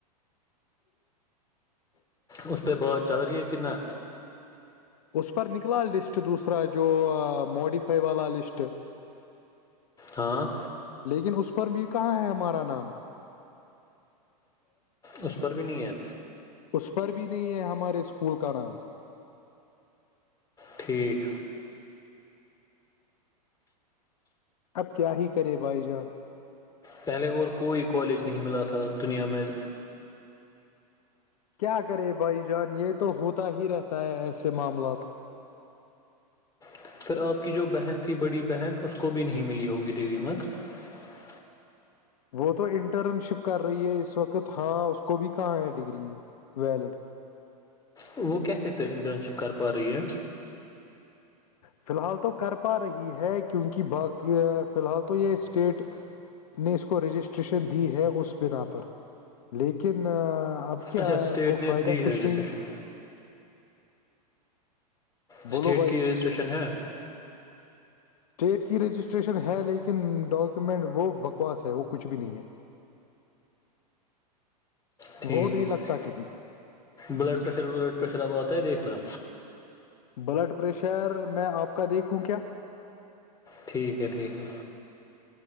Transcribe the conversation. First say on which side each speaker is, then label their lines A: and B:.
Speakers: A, on the left; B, on the left.
A: <inaudible> <unintelligible>
B: اس پہ بعد چل رہی ہے کہ نہ
A: اس پر نکلا لسٹ دوسرا جو موڈیفائی والا لسٹ
B: ہاں
A: لیکن اس پر بھی کہاں ہے ہمارا نام
B: اس پر بھی نہیں ہے
A: اس پر بھی نہیں ہے ہمارے اسکول کا نام
B: ٹھیک
A: اب کیا ہی کرے بھائی جان
B: پہلے اور کوئی کالج نہیں ملا تھا دنیا میں
A: کیا کرے بھائی جان یہ تو ہوتا ہی رہتا ہے ایسے معاملات
B: <inaudible> <unintelligible>
A: وہ تو انٹرن شپ کر رہی ہے اس وقت ہاں اس کو بھی کہاں ہے ڈگری ویلڈ
B: وہ کیسے پھر انٹرن شپ کر پا رہی ہے
A: فی الحال تو کر پا رہی ہے کیونکہ باقی فی الحال تو یہ اسٹیٹ نے اس کو رجسٹریشن دی ہے اس بنا پر لیکن اب کیا
B: اچھا اسٹیٹ
A: وہ
B: نے
A: فائدہ
B: دی
A: کچھ
B: رجسٹریشن
A: نہیں ہے
B: اسٹیٹ
A: بولو
B: کی رجسٹریشن ہے
A: اسٹیٹ کی رجسٹریشن ہے لیکن ڈاکومنٹ وہ بکواس ہے وہ کچھ بھی نہیں ہے
B: ٹھیک
A: وہ نہیں لگتا کہیں
B: بلڈ پریشر ولڈ پریشر اب آتا ہے دیکھنا
A: بلڈ پریشر میں آپ کا دیکھوں کیا
B: ٹھیک ہے ٹھیک ہے